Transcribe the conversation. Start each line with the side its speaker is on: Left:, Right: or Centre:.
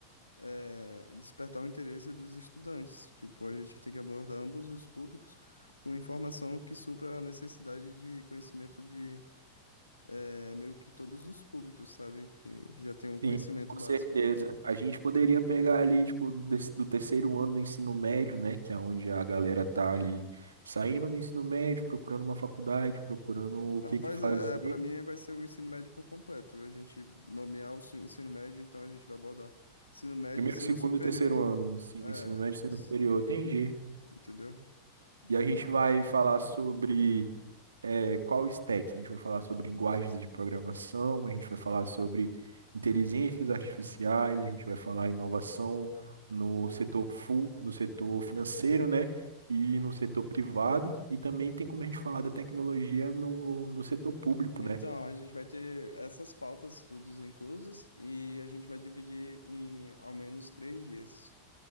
Left: é, despertar o interesse dos estudantes. Tipo, a gente tem que abordar ambos os públicos com informação que supra a necessidade de conhecimento de, é, meio que todos os públicos, sabe? Que já tem um conhecimento
Right: Sim, com
Left: básico.
Right: certeza. A gente poderia pegar ali, tipo, desse- do terceiro ano do ensino médio, né? Que é onde a galera tá ali saindo do ensino médio, procurando uma faculdade, procurando o
Left: Rapaz,
Right: que que fazer.
Left: é, é, para mim aí vai ser o ensino médio por completo. A gente nomear o si- ensino médio, então a gente vai abordar ensino médio
Right: Primeiro,
Left: e ensino
Right: segundo
Left: superior.
Right: e terceiro ano, sim,
Left: É,
Right: ensino médio, ensino
Left: isso-
Right: superior, entendi.
Left: entendeu? En-
Right: E a gente vai falar sobre é, qual stack? A gente vai falar sobre linguagens de programação, a gente vai falar sobre inteligências artificiais, a gente vai falar inovação no setor full, no setor financeiro, né? E no setor privado, e também tem como a gente falar da tecnologia no, no setor público,
Left: Então,
Right: né?
Left: a gente vai ter essas pautas todas inclusas e a gente vai dividir em ao menos três dias.